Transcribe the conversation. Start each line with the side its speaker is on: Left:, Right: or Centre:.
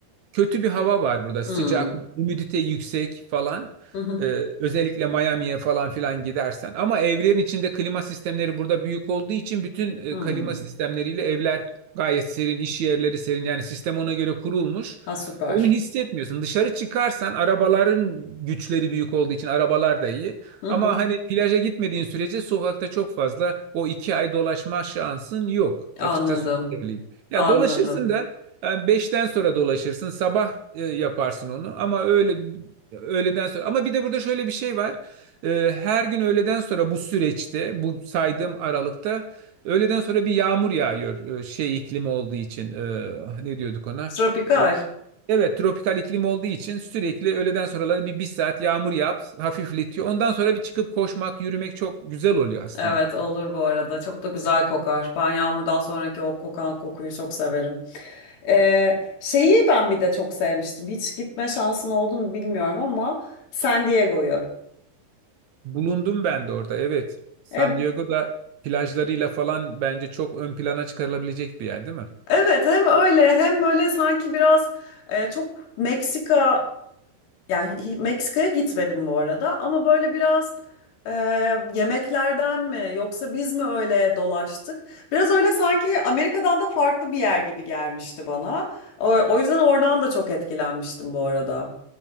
Right: kötü bir hava var burada. Sıcak,
Left: Hmm.
Right: humidite yüksek falan.
Left: Hı hı.
Right: Ee, özellikle Miami'ye falan filan gidersen. Ama evlerin içinde klima sistemleri burada büyük olduğu için bütün e,
Left: Hmm.
Right: klima sistemleriyle evler gayet serin, iş yerleri serin. Yani sistem ona göre kurulmuş.
Left: Ha süper.
Right: Onu hissetmiyorsun. Dışarı çıkarsan arabaların güçleri büyük olduğu için arabalar da iyi.
Left: Hı
Right: Ama
Left: hı.
Right: hani plaja gitmediğin sürece sokakta çok fazla o iki ay dolaşma şansın yok.
Left: Anladım.
Right: Açıkçası onu söyleyeyim. Ya
Left: Anladım.
Right: dolaşırsın da yani 5'ten sonra dolaşırsın, sabah e, yaparsın onu ama öyle öğleden sonra ama bir de burada şöyle bir şey var. E, her gün öğleden sonra bu süreçte, bu saydığım aralıkta öğleden sonra bir yağmur yağıyor. e, şey iklimi olduğu için e, ne diyorduk ona?
Left: Tropikal.
Right: E, Evet, tropikal iklim olduğu için sürekli öğleden sonraları bir bir saat yağmur yağıp hafifletiyor. Ondan sonra bir çıkıp koşmak, yürümek çok güzel oluyor aslında.
Left: Evet olur bu arada. Çok da güzel kokar. Ben yağmurdan sonraki o kokan kokuyu çok severim. Ee, şeyi ben bir de çok sevmiştim. Hiç gitme şansın oldu mu bilmiyorum ama San Diego'yu.
Right: Bulundum ben de orada evet. San
Left: E,
Right: Diego'da plajlarıyla falan bence çok ön plana çıkarılabilecek bir yer değil mi?
Left: evet hem öyle hem böyle sanki biraz e, çok Meksika Yani hi- Meksika'ya gitmedim bu arada ama böyle biraz e, yemeklerden mi yoksa biz mi öyle dolaştık? Biraz öyle sanki Amerika'dan da farklı bir yer gibi gelmişti bana. O, o yüzden oradan da çok etkilenmiştim bu arada.